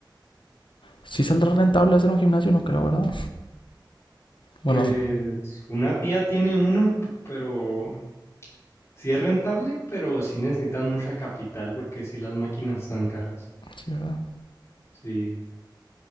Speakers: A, on the left (about 80°); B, on the left (about 35°).
A: Sí saldrá rentable hacer un gimnasio, no creo, ¿verdad? Bueno,
B: Pues una tía tiene uno, p- pero sí es rentable, pero sí necesitan mucha capital porque sí las máquinas están caras.
A: sí, ¿verdad?
B: Sí.